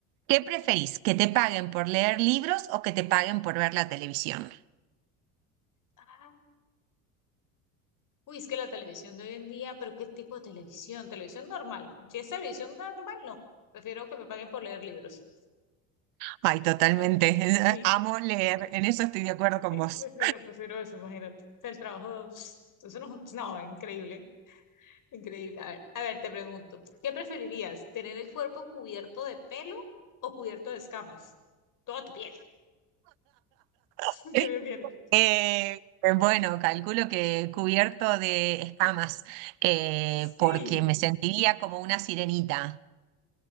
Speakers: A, on the right; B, on the left.
A: ¿Qué preferís? ¿Que te paguen por leer libros o que te paguen por ver la televisión?
B: Ay. Uy, es que la televisión de hoy en día, pero ¿qué tipo de televisión? Televisión normal. Si es televisión normal, no. Prefiero que me paguen por leer libros.
A: Ay, totalmente.
B: La verdad.
A: <laughs>
B: Sí.
A: Amo leer, en eso estoy de acuerdo con
B: Sí,
A: vos.
B: prefiero, prefiero eso, imagínate. O sea, el trabajo, pss, eso no, no, increíble, increíble. A ver, a ver, te pregunto, ¿qué preferirías? ¿Tener el cuerpo cubierto de pelo o cubierto de escamas? Toda tu piel. <laughs>
A: <laughs>
B: ¿Qué prefieres?
A: Eh, bueno, calculo que cubierto de escamas, eh,
B: Sí,
A: porque me sentiría como una sirenita.